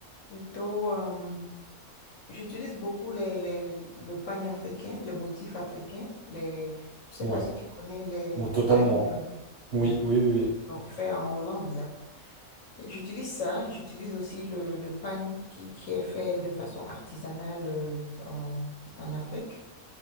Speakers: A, on the left; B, on the right.
A: plutôt. euh, j'utilise beaucoup les, les- le pagne africain, les motifs africains. Les, je sais
B: Ouais.
A: pas si tu connais les,
B: Ou
A: les
B: totalement.
A: pagnes. euh,
B: Oui,
A: oui,
B: oui, oui,
A: donc fait en Hollande, là. J'utilise ça, j'utilise aussi le, le pagne qui, qui est fait de façon artisanale euh, en, en Afrique.